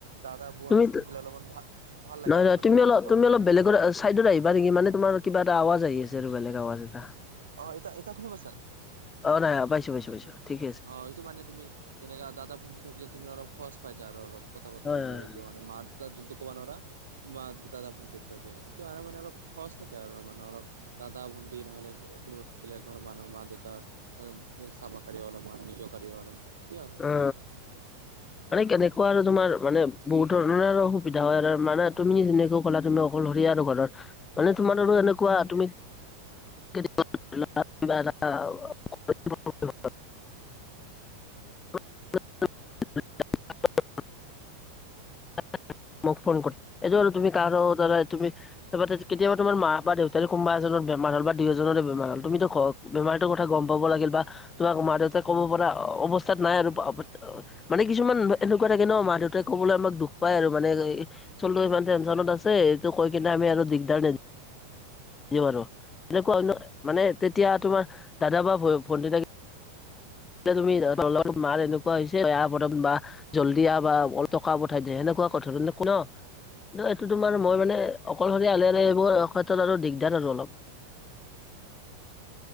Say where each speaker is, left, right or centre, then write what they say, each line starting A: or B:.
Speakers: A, on the right; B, on the left.
A: দাদা বোন
B: তুমি
A: থাকিলে অলপ মান ভা - ভাল লাগে
B: নহয়
A: আৰু
B: নহয়
A: মানে
B: তুমি অলপ
A: কথা
B: তুমি
A: পাতিব।
B: অলপ বেলেগৰ চাইডত আহিবা নেকি মানে তোমাৰ কিবা এটা আৱাজ আহি আছে আৰু বেলেগ আৱাজ এটা।
A: অ এতা এতিয়া শুনি পাইছা?
B: অঁ নাই, পাইছোঁ পাইছোঁ পাইছোঁ পাইছোঁ ঠিক আছে।
A: অ সেইটো মানে তুমি যেনেকা দাদা, ভণ্টি থাকিলে তুমি অলপ খৰচ পাই যা অলপ কথা পাতিব
B: হয় হয়
A: কাৰণে সেইটো মানে। মা, দেউতাক যোনটো কব নোৱাৰা মা, দাদা ভণ্টিক কৈ দে, এইটো আৰু মানে অলপ সহজ থাকে আৰু মানে অলপ। দাদা, ভন্টি নহলে কোনোবা থাকিলে ঘৰৰ মানুহৰ মা - দেউতাৰ চাব পাৰি অলপ বা নিজৰ কাৰ অলপমান সেইয়াই
B: আ মানে কেনেকুৱা আৰু তোমাৰ মানে বহুত ধৰণৰ আৰু অসুবিধা হয় আৰু মানে তুমি যেনেকুৱা কলা তুমি অ অকলশৰীয়া আৰু ঘৰৰ মানে তোমাৰ আৰু এনেকুৱা তুমি <unintelligible> <unintelligible> অ <inaudible> <unintelligible> <inaudible> মোক ফোন কৰি এইটো আৰু তুমি কাৰো দ্বাৰা তুমি তল তে কেতিয়াবা তোমাৰ মা বা দেউতাৰে কোনোবা এজনৰ বেমাৰ হ'ল বা দুয়ো জনৰে বেমাৰ হল তুমিতো ঘৰ বেমাৰটোৰ কথা গম পাব লাগিল বা তোমাক মা - দেউতাক ক'ব পৰা অৱস্থাত নাই আৰু পা পাছে আও মানে কিছুমান এনেকুৱা থাকে ন মা - দেউতাই ক'বলৈ আমাক দু ও পাই আৰু মানে চলো ইমান টেনশনত আছে এইটো কৈ কিনে আমি আৰু দিগদাৰ দিব পাৰোঁ, তেনেকুৱা মানে তেতিয়া তোমাৰ দাদা বা ভ ভণ্টি থাকি য়া তুমি তলত মাৰ এনেকুৱা হৈছে বেয়া বৰ বা জলডি আহ বা অলপ টকা পঠাই দে সেনেকুৱা কথা বিলাক ন। ন এইটো তোমাৰ মই মানে অকলশৰীয়া হলে আৰু এইবোৰ ক্ষেত্ৰত আৰু দিগদাৰ আৰু অলপ। <unintelligible>